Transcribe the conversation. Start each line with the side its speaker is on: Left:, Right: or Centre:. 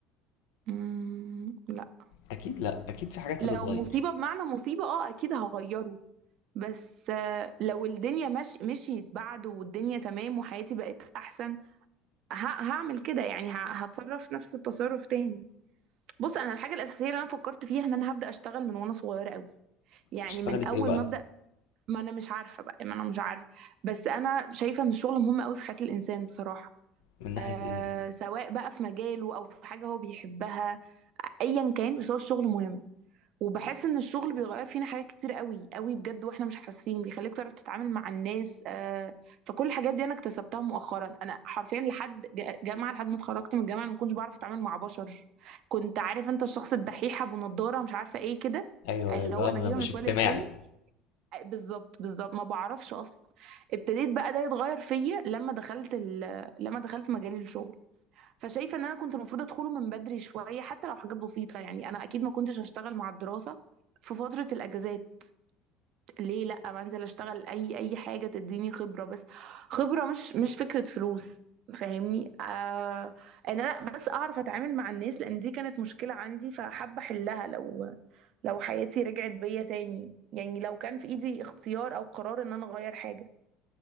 Right: امم لا
Left: اكيد لا اكيد في حاجات
Right: لو
Left: هتتغير
Right: مصيبة بمعنى مصيبة اه اكيد هغيره بس آه، لو الدنيا مش مشيت بعده والدنيا تمام وحياتي بقت احسن ه- هعمل كده يعني ه- هتصرف نفس التصرف تاني بص انا الحاجة الاساسية اللي انا فكرت فيها ان انا هبدأ اشتغل من وانا صغيرة قوي يعني
Left: تشتغلي
Right: من
Left: في
Right: اول
Left: ايه بقى
Right: ما ابدأ ما انا مش عارفه بقى ما انا مش عارفه بس انا شايفه ان الشغل مهم قوي في حياه الانسان بصراحه
Left: من ناحية
Right: آه
Left: ايه
Right: سواء بقى في مجاله او في حاجه هو بيحبها ايا كان بس هو الشغل مهم وبحس ان الشغل بيغير فينا حاجات كتير قوي قوي بجد واحنا مش حاسين بيخليك تعرف تتعامل مع الناس آه فكل الحاجات دي انا اكتسبتها مؤخرا انا حرفيا لحد ج- جامعه لحد ما اتخرجت من الجامعه انا ما كنتش بعرف اتعامل مع بشر كنت عارف انت الشخص الدحيح ابو نضاره مش عارفه ايه كده
Left: ايوه
Right: اللي
Left: لا
Right: هو نجيبه
Left: م- مش
Right: متولي
Left: اجتماعي
Right: الخولي بالظبط بالظبط ما بعرفش اصلا ابتديت بقى ده يتغير فيا لما دخلت ال... لما دخلت مجال الشغل فشايفه ان انا كنت المفروض ادخله من بدري شويه حتى لو حاجات بسيطه يعني انا اكيد ما كنتش هشتغل مع الدراسه في فتره الاجازات ليه لا ما انزل اشتغل اي اي حاجه تديني خبره بس خبره مش مش فكره فلوس فاهمني آه ان انا بس اعرف اتعامل مع الناس لان دي كانت مشكله عندي فحابه احلها لو لو حياتي رجعت بيا تاني يعني لو كان في ايدي اختيار او قرار ان انا اغير حاجه